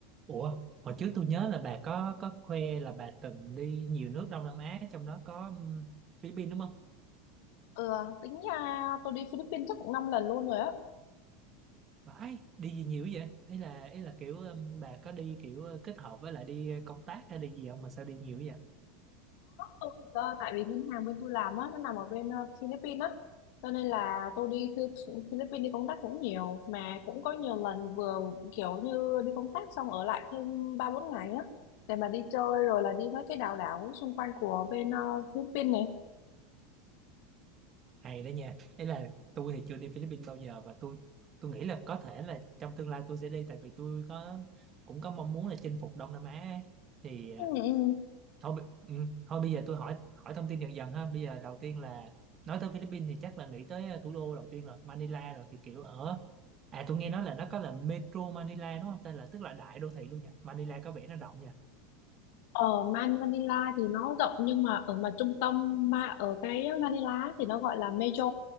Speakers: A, on the right; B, on the left.
A: Ủa, hồi trước tôi nhớ là bà có có khoe là bà từng đi nhiều nước Đông Nam Á, trong đó có um, Philippines đúng không?
B: Ừ, tính ra tôi đi Philippines chắc cũng 5 lần luôn rồi á.
A: Vãi, đi gì nhiều vậy? Ý là ý là kiểu um, bà có đi kiểu uh, kết hợp với lại đi uh, công tác hay đi gì không mà sao đi nhiều vậy?
B: Tôi, ờ, tại vì ngân hàng bên tôi làm á, nó nằm ở bên ờ, Philippines á. Cho nên là tôi đi Phi- Philippines đi công tác cũng nhiều. Mà cũng có nhiều lần vừa kiểu như đi công tác xong ở lại thêm ba bốn ngày á. Để mà đi chơi rồi là đi mấy cái đảo đảo xung quanh của bên ờ, Philippines này.
A: Hay đó nha. Ý là tôi thì chưa đi Philippines bao giờ và tôi tôi nghĩ là có thể là trong tương lai tôi sẽ đi tại vì tôi có cũng có mong muốn là chinh phục Đông Nam Á ấy. Thì ờ,
B: Ừ, ừ.
A: thôi bi- ừ, thôi bây giờ tôi hỏi hỏi thông tin dần dần ha bây giờ đầu tiên là nói tới Philippines thì chắc là nghĩ tới ờ, thủ đô đầu tiên rồi Manila rồi thì kiểu ở à tôi nghe nói là nó có là Metro Manila đúng không tên là tức là đại đô thị luôn nha Manila có vẻ nó rộng nha
B: ở Man Manila thì nó rộng nhưng mà ở mà trung tâm mà ở cái Manila thì nó gọi là Metro